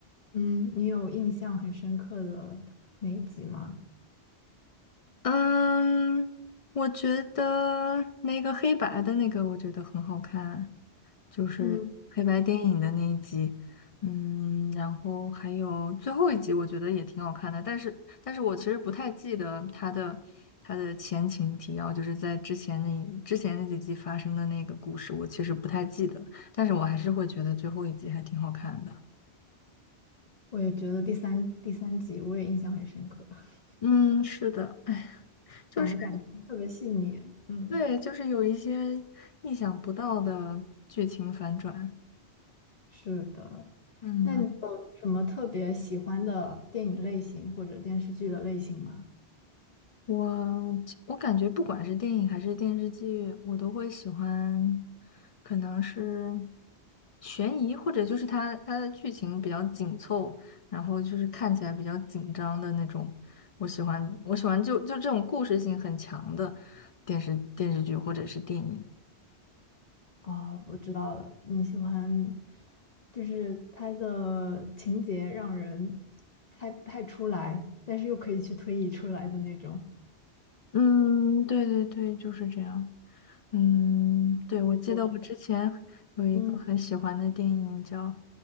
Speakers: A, on the left (about 45°); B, on the left (about 60°).
A: 嗯，你有印象很深刻的那一集吗？
B: 嗯，我觉得那个黑白的那个，我觉得很好看，就是黑白电影的那一集。
A: 嗯，
B: 嗯，然后还有最后一集，我觉得也挺好看的，但是，但是我其实不太记得它的它的前情提要，就是在之前那之前那几集发生的那个故事，我其实不太记得，但是我还是会觉得最后一集还挺好看的。
A: 我也觉得第三第三集我也印象很深刻，<laughs>
B: 嗯，是的。哎，就是。
A: 讲的感情特别细腻。嗯，
B: 对，就是有一些意想不到的剧情反转。
A: 是的。
B: 嗯，
A: 那你有什么特别喜欢的电影类型或者电视剧的类型吗？
B: 我我感觉不管是电影还是电视剧，我都会喜欢，可能是悬疑，或者就是它它的剧情比较紧凑，然后就是看起来比较紧张的那种。我喜欢我喜欢就就这种故事性很强的电视电视剧或者是电影。
A: 啊、我知道了，你喜欢，就是它的情节让人猜不太出来，但是又可以去推移出来的那种。
B: 嗯，对对对，就是这样。嗯，对，我记得我之前有一个很喜欢的电影叫，
A: 我嗯。